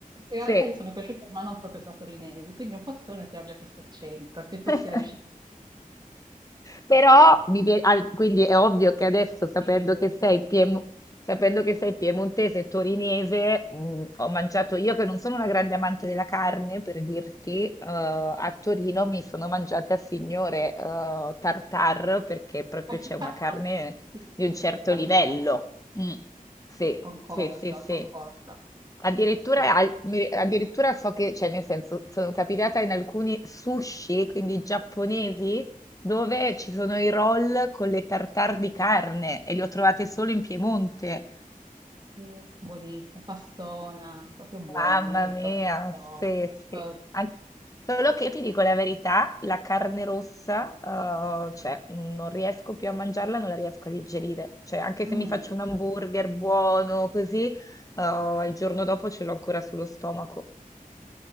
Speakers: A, on the right; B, on the left.
A: In
B: Sì.
A: realtà io sono cresciuta ma non proprio tra torinesi, quindi è un po' strano che abbia questo accento, che tu
B: <laughs>
A: sia riuscito
B: Però mi vie- al- quindi è ovvio che adesso, sapendo
A: di dove
B: che
A: sei.
B: sei piemo- sapendo che sei piemontese e torinese, mh, ho mangiato io che non sono una grande amante della carne, per dirti, eh, a Torino mi sono mangiata signore eh, tartar perché proprio
A: <laughs>
B: c'è una carne
A: Sì,
B: di un certo
A: fantastico.
B: livello. Mm. Sì,
A: Concordo,
B: sì, sì, sì.
A: concordo.
B: Addirittura,
A: Sì,
B: al- mi- addirittura so che, cioè nel senso, sono capitata in alcuni sushi, quindi giapponesi, dove ci sono i roll con le tartare di carne e li ho trovate solo in Piemonte.
A: sì, buonissimo, fassona, proprio buono,
B: Mamma
A: lì il
B: mia,
A: top, del top.
B: sì, sì. An- Solo
A: Sì.
B: che io ti dico la verità, la carne rossa, eh, cioè, non riesco più a mangiarla, non la riesco a digerire. Cioè, anche
A: Mm,
B: se mi faccio un hamburger buono, così, eh, il giorno dopo ce l'ho ancora sullo stomaco.